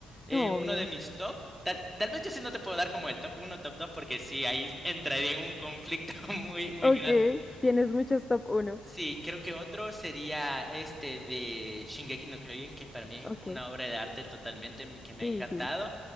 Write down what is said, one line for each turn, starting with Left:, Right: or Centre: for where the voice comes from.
Centre: eh,
Left: No,
Centre: uno
Left: obvio.
Centre: de mis top. Tal, tal vez yo sí no te puedo dar como el top uno top 2 porque sí, ahí entraría en un conflicto <laughs> muy, muy
Left: Ok,
Centre: grande.
Left: tienes muchos top uno.
Centre: Sí, creo que otro sería este de Shingeki no Kyojin, que para mí es
Left: Ok,
Centre: una obra de arte totalmente me- que me
Left: sí,
Centre: ha encantado.
Left: sí.